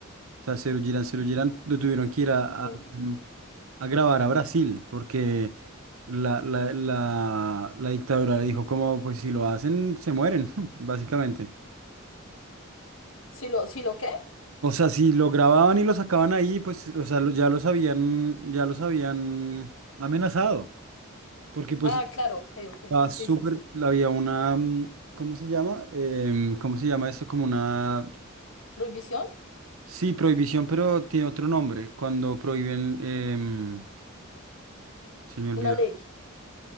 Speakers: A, on the right (about 80°); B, on the left (about 70°).
A: o sea, Serú Girán, Serú Girán, lo tuvieron que ir a,
B: Ujú.
A: a, mm, a grabar a Brasil, porque la, la, la, la dictadura le dijo como, pues si lo hacen, se mueren, <laughs> básicamente.
B: ¿Sí lo, sí lo qué?
A: O sea, si lo grababan y lo sacaban ahí, pues, o sea, lo- ya los habían, ya los habían amenazado. Porque pues
B: Ah, claro, ok, ok.
A: estaba
B: Sí,
A: súper,
B: sí, sí.
A: había una, mm, ¿cómo se llama? Em, ¿cómo se llama esto? Como una,
B: Prohibición,
A: sí, prohibición, pero tiene otro nombre. Cuando prohíben, em, se me olvidó.
B: una ley,